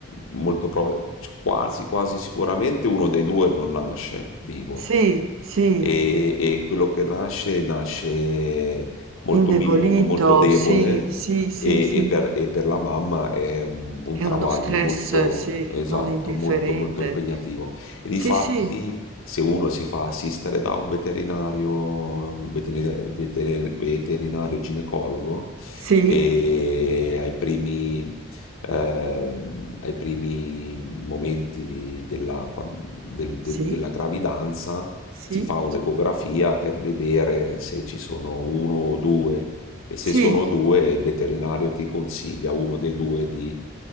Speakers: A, on the left; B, on the right.
A: molto prob- quasi, quasi sicuramente uno dei due non nasce vivo
B: sì, sì,
A: e, e quello che nasce nasce molto
B: indebolito,
A: minuto, molto debole
B: sì, sì, sì,
A: e,
B: sì.
A: e per, e per la mamma è un, un
B: È
A: travaglio
B: uno stress,
A: molto
B: sì,
A: esatto,
B: non indifferente.
A: molto molto impegnativo. E difatti
B: Sì, sì,
A: se uno si fa assistere da un veterinario, un veterinario, veterinario veterinario ginecologo
B: sì,
A: e ai primi ehm, ai primi momenti della, quan- del- de-
B: sì,
A: della gravidanza
B: sì,
A: si fa un'ecografia per vedere se ci sono uno o due e se
B: sì.
A: sono due il veterinario ti consiglia uno dei due di